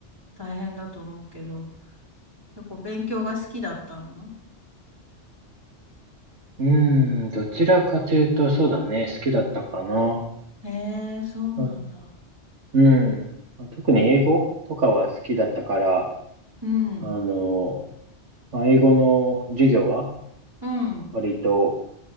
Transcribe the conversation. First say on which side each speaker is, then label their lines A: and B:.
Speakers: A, on the right; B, on the right.
A: 大変だと思うけど、結構勉強が好きだったの
B: うん、どちらかというと、そうだね、好きだったかな。
A: へえ、そうなんだ。
B: あうん。まあ特に英語とかは好きだったから、
A: うん、
B: あの、まあ、英語の授業は、
A: うん。
B: 割と、